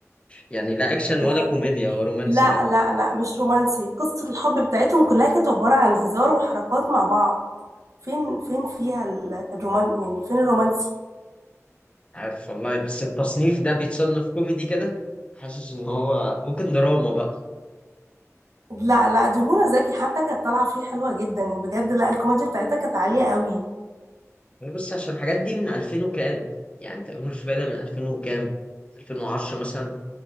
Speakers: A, on the left (about 20°); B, on the right (about 80°).
A: يعني لا أكشن
B: إيه
A: ولا كوميديا هو رومانسي
B: لا
A: بقى
B: لا لا مش رومانسي قصة الحب بتاعتهم كلها كانت عبارة عن هزار وحركات مع بعض فين فين فيها ال- الرومان يعني فين الرومانسي
A: عارف والله بس التصنيف ده بيتصنف كوميدي كده حاسس إن هو ممكن دراما بقى
B: لا لا دي منى زكي حتى كانت طالعة فيه حلوة جدا يعني بجد لا الكوميديا بتاعتها كانت عالية قوي
A: يعني بص عشان الحاجات دي من 2000 وكام يعني انت مش بادئ من 2000 وكام 2010 مثلا